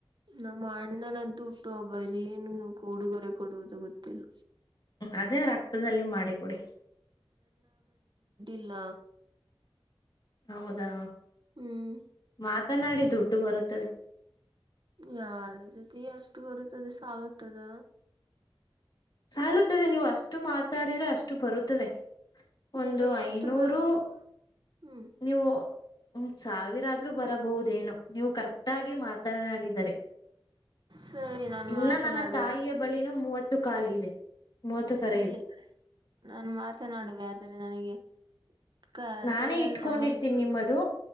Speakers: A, on the right; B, on the left.
A: ನಮ್ಮ ಅಣ್ಣನದ್ದು ಹುಟ್ಟು ಹಬ್ಬ ಇ ಏನು ಕಡುಗೊರೆ ಕೊಡುವುದು ಗೊತ್ತಿಲ್ಲ
B: ಅದೇ ರಕ್ತದಲ್ಲಿ ಮಾಡಿಿಕ ಕುಡಿ
A: ಅಗಲ
B: ಹೌದಾ
A: ಹ್ಮ್
B: ಮಾತನಾಡಿ ದುಡ್ಡು ಬರುತ್ತದೆ
A: ಯಾರ ಜತೆ ಅಷ್ಟು ಬರುತ್ತದೆ ಸಾಲತದ
B: ಸಾಲುತ್ತದೆ ನೀವು ಅಷ್ಟು ಮಾತಾಡಿದ್ರೆ ಅಷ್ಟು ಬರುತ್ತದೆ ಒಂದು
A: ಈಗ ಎಷ್ಟು
B: ಐನೂರು
A: ಬರುತ್ ಹ್ಮ್
B: ನೀವು ಹ ಸಾವಿರ ಆದ್ರರು ಬರಬಹುದೇನು ನೀವು ಕರೆಕ್ಟ್ ಆಗಿ ಮಾತನಾಡಿದರೆ
A: ಸರಿ ನಾನು
B: ಇನ್ನ
A: ಮಾತನಾಡುವೆ
B: ನನ್ನ ತಾಯಿಯ ಬಳಿನೂ ಮೂವತ್ತು ಕಖಾಲಿ ಇದೆ ಮೂವತ್ತು
A: ಸರಿ
B: ಕರೆ ಇದೆ
A: ನಾನು ಮಾತನಾಡುವೆ ಆದರೆ ನನಗೆ ಕ
B: ನಾನೇ
A: ಸರಿಯಾದ
B: ಇಟ್ಕೊಂಡಿರ್ತೀನಿ
A: ಸಮಯ
B: ನಿಮ್ಮದು